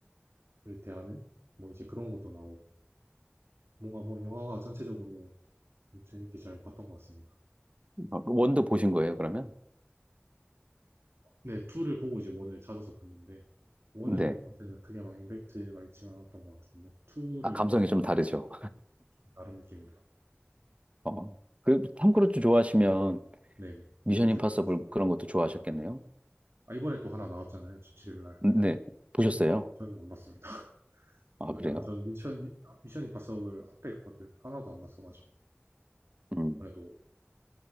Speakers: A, on the right; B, on the right.
A: 대하는 뭐 이제 그런 것도 나오고 뭔가 뭐 영화가 전체적으로 좀 재밌게 잘 봤던 것 같습니다.
B: 아, 원도 보신 거예요, 그러면?
A: 네, 2를 보고 이제 1을 찾아서 봤는데, 1은
B: 네.
A: 저한테는 그게 막 임팩트가 있지 않았던 것 같은데, 2를
B: 아, 감성이 좀 다르죠.
A: 나름 느낌이더라고요.
B: 어. 그, 탐 크루즈 좋아하시면
A: 네네.
B: 미션
A: 미션
B: 임파서블
A: 봤습니다.
B: 그런 것도 좋아하셨겠네요?
A: 아, 아, 이번에 또 하나 나왔잖아요. 17일 날.
B: 네. 보셨어요?
A: 저는 안 봤습니다. <laughs>
B: 아,
A: 왜냐면
B: 그래요?
A: 전 미션, 미, 션 임파서블 앞에 것들 하나도 안 봤어가지고,
B: 음,
A: 이번에도